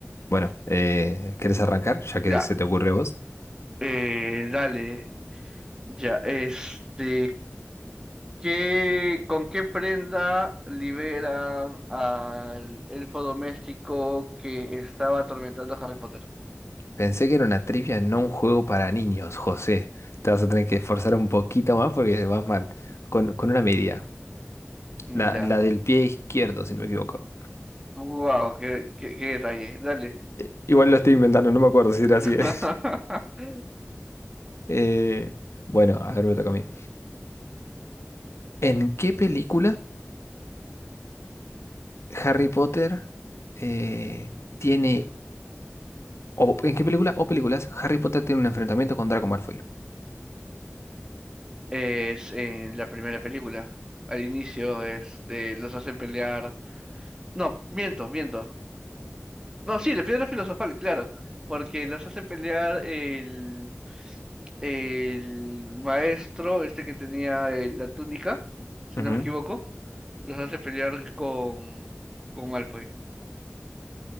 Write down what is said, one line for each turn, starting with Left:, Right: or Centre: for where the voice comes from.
Left: bueno, eh, ¿querés arrancar? Ya que
Right: Ya,
Left: se te ocurre a vos.
Right: eh, dale. Ya, este, ¿qué, con qué prenda liberan al elfo doméstico que estaba atormentando a Harry Potter?
Left: Pensé que era una trivia, no un juego para niños, José. Te vas a tener que esforzar un poquito más porque vas mal. Con, con una media.
Right: Mm,
Left: La,
Right: Ya,
Left: la del pie izquierdo, si no me equivoco.
Right: Wow, qué, qué, qué detalle. Dale.
Left: Eh, Igual lo estoy inventando, no me acuerdo si era así.
Right: <laughs>
Left: <laughs> Eh, bueno, a ver, me toca a mí. ¿En qué película Harry Potter eh, tiene... o en qué película o películas Harry Potter tiene un enfrentamiento con Draco Malfoy?
Right: Es en la primera película. Al inicio, este, los hace pelear. No, miento, miento. No, sí, la piedra filosofal, claro. Porque los hace pelear el, el maestro, este que tenía eh, la túnica, si
Left: Ujú.
Right: no me equivoco. Los hace pelear con, con Malfoy.